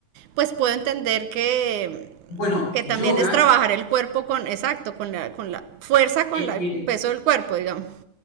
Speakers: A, on the right; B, on the left.
A: pues puedo entender que,
B: Bueno,
A: que
B: yoga
A: también es trabajar el cuerpo con, exacto, con la, con la fuerza, con
B: es
A: la-
B: que
A: el peso del cuerpo, digamos.